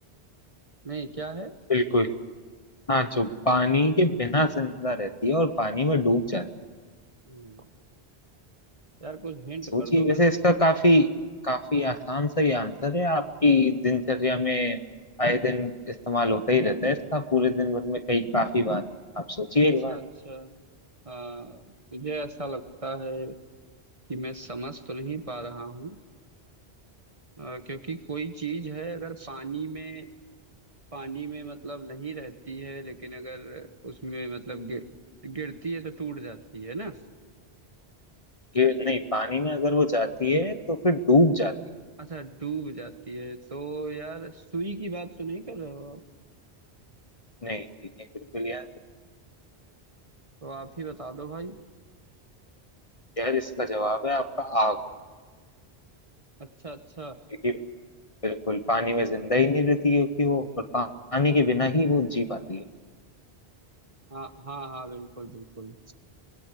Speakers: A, on the right; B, on the left.
A: नहीं क्या है
B: बिल्कुल हाँ जो पानी के बिना जिंदा रहती है और पानी में डूब जाती है
A: हम्म, यार कुछ हिंट
B: सोचिए
A: कर दो भाई
B: वैसे इसका काफी काफी आसान सा ही आंसर है आपकी दिनचर्या में आए दिन इस्तेमाल होता ही रहता है इसका पूरे दिन भर में कई काफी बार आप सोचिए
A: अच्छा
B: एक बार
A: अच्छा आ, मुझे ऐसा लगता है कि मैं समझ तो नहीं पा रहा हूँ अ, क्योंकि कोई चीज है अगर पानी में पानी में मतलब नहीं रहती है लेकिन अगर उसमें मतलब गिर, गिरती है तो टूट जाती है ना
B: कि नहीं पानी में अगर वो जाती है तो फिर डूब जाती है
A: अच्छा डूब जाती है तो यार सुई की बात तो नहीं कर रहे हो आप
B: नहीं जी, नहीं बिल्कुल यार
A: तो आप ही बता दो भाई
B: यार इसका जवाब है आपका आग
A: अच्छा अच्छा
B: क्योंकि बिल्कुल पानी में जिंदा ही नहीं रहती क्योंकि वो और पा- पानी के बिना ही वो जी पाती है
A: हाँ हाँ हाँ बिल्कुल बिल्कुल